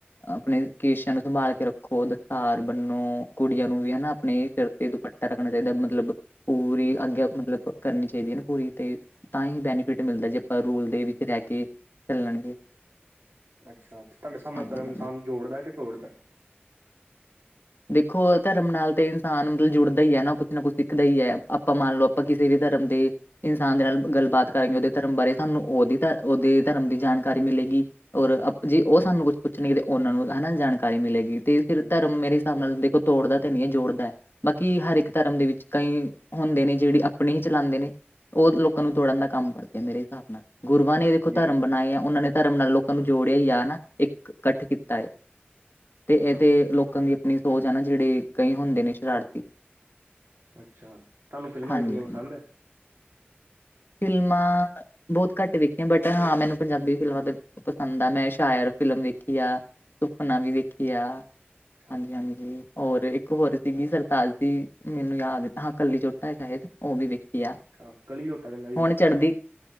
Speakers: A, on the left; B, on the right.
A: ਆਪਨੇ ਕੇਸ਼ਾਂ ਨੂੰ ਸੰਭਾਲ ਕੇ ਰੱਖੋ ਦਸਤਾਰ ਬੰਨੋ ਕੁੜੀਆਂ ਨੂੰ ਵੀ ਹਨਾ ਆਪਨੇ ਸਿਰ ਤੇ ਦੁਪੱ ਟਾ ਰੱਖਨਾ
B: ਹਮ
A: ਚਾਈਦਾ ਮਤਲਬ ਪੂਰੀ ਆਗੇਆ ਮਤਲਬ ਕਰਨੀ ਚਾਈਦੀ ਐ ਨਾ ਪੂਰੀ ਤੇ। ਤਾਂ ਹੀ ਬੈਨੀਫਿਟ ਮਿਲਦਾ ਜੇ ਆਪਾਂ ਰੂਲ ਦੇ ਵਿੱਚ ਰਹਿ ਕੇ ਚੱਲਣਗੇ
B: ਅੱਛਾ ਤੁਹਾਡੇ ਸਾਹਬ ਨਾਲ
A: ਹਾਂਜੀ
B: ਧਰਮ
A: ਹਾਂਜੀ
B: ਇਨਸਾਨ ਜੋੜਦਾ ਕੇ ਤੋੜਦਾ
A: ਦੇਖੋ ਧਰਮ ਨਾਲ ਤੇ ਇਨਸਾਨ ਮਤਲਬ ਜੁੜਦਾ ਹੀ ਐ ਨਾ ਕੁਛ ਨਾ ਕੁਛ ਸਿੱਖਦਾ ਹੀ ਐ ਆਪਾਂ ਮੰਨ ਲਓ ਆਪਾਂ ਕਿਸੇ ਵੀ ਧਰਮ ਦੇ ਇਨਸਾਨ ਦੇ ਨਾਲ ਗੱਲਬਾਤ ਕਰਾਂਗੇ ਉਹਦੇ ਧਰਮ ਬਾਰੇ ਸਾਨੂੰ ਉਹਦੀ ਧ ਉਹਦੇ ਧਰਮ ਦੀ ਜਾਣਕਾਰੀ ਮਿਲੇਗੀ ਔਰ ਜੇ ਉਹ ਸਾਨੂੰ ਕੁਛ ਪੁੱਛਣਗੇ ਤੇ ਉਹਨਾਂ ਨੂੰ ਹਨਾ ਜਾਣਕਾਰੀ ਮਿਲੇਗੀ ਤੇ
B: ਹਾਂਜੀ
A: ਫੇਰ ਧਰਮ ਮੇਰੇ ਹਿਸਾਬ ਨਾਲ ਦੇਖੋ ਤੋੜਦਾ ਤੇ ਨਈ ਏ ਜੋੜਦਾ ਬਾਕੀ ਹਰ ਇੱਕ ਧਰਮ ਦੇ ਵਿੱਚ ਕਈ ਹੁੰਦੇ ਨੇ ਜਿਹੜੇ ਆਪਣੇ ਹੀ ਚਲਾਂਦੇ ਨੇ ਉਹ ਲੋਕਾਂ ਨੂੰ ਤੋੜਨ ਦਾ ਕੰਮ ਕਰਦੇ ਮੇਰੇ ਹਿਸਾਬ ਨਾਲ ਗੁਰੂਆਂ ਨੇ ਦੇਖੋ
B: ਜੀ
A: ਧਰਮ ਬਣਾਏ ਆ ਉਹਨਾਂ ਨੇ ਧਰਮ ਨਾਲ ਲੋਕ ਕਾਂ ਨੂੰ ਜੋੜਿਆ ਹੀ ਆ ਨਾ ਇੱਕ ਇਕੱਠ ਕੀਤਾ ਏ ਤੇ ਇਹਦੇ
B: ਹਾਂ
A: ਲੋਕਾਂ ਦੀ ਆਪਣੀ ਸੋਚ ਆ ਨਾ ਜਿਹੜੇ ਕਈ ਹੁੰਦੇ ਨੇ ਸ਼ਰਾਰਤੀ
B: ਅੱਛਾ, ਤੁਹਾਨੂੰ ਫ਼ਿਲਮਾਂ
A: ਹਾਂਜੀ
B: ਦੇਖਣੀਆਂ
A: ਹਾਂਜੀ
B: ਪਸੰਦ ਐ
A: ਫਿਲਮਾਂ ਬਹੁਤ ਘੱਟ ਦੇਖੀਆਂ ਬਟ ਹਾਂ ਮੈਨੂੰ ਪੰਜਾਬੀ ਫਿਲਮਾਂ ਦੇ ਪਸੰਦ ਆ ਮੈਂ ਸ਼ਾਇਰ ਫਿਲਮ ਵੇਖੀ ਆ ਸੁਪਨਾ ਵੀ ਦੇਖੀ ਆ
B: ਅੱਛਾ
A: ਹਾਂਜੀ, ਹਾਂਜੀ ਔਰ ਇੱ ਇੱਕ ਹੋਰ ਸੀਗੀ ਸਰਤਾਜ ਦੀ ਮੈਨੂੰ ਯਾਦ ਹਾਂ ਕੱਲੀ ਜੋਟਾ ਏ ਸ਼ਾਇਦ ਉਹ ਵੀ ਵੇਖੀ ਆ
B: ਛਾ ਕਲੀ ਜੋਟਾ ਤੇ ਵੀ
A: ਹੁਣ
B: ਵੇਖੀ
A: ਚੜ੍ਹਦੀ
B: ਆ